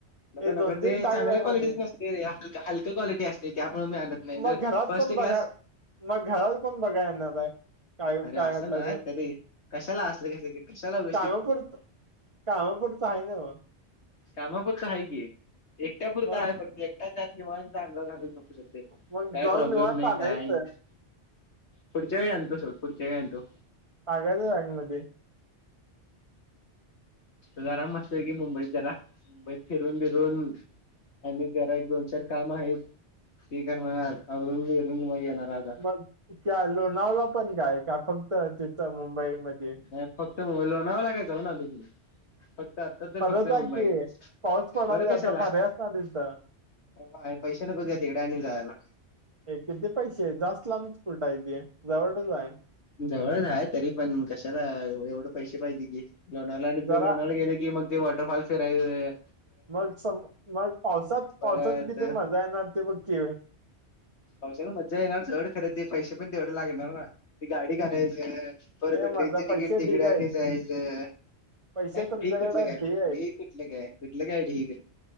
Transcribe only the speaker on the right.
हे दोन
तीन टाक
बॅग
मध्ये
मग
घरात
कोण बघा
मग घराला कोण बघायला येणार आहे? काय
काय
वाटल्यास
वरती
कामा पुरतं, कामापुरतं हाय नव
मग
मग
जाऊन
निवांत
आणायचं
पागल हाय मध्ये <unintelligible>
मग त्या लोणावला पण जायचं, का फक्त तिथं मुंबई मधी
परत
जा
की पाऊस पडाले
आता
भारी असणार तिथं
हे किती जास्त लांब कुठे हाय ते, जवळच हाय.
जरा
मग सम मग पावसात,
पावसाात किती मजा येणार ते बघ की
हे
मर्दा
पैसे
ढीग
आहेत
पैसे
तुमच्याकडे
आहेत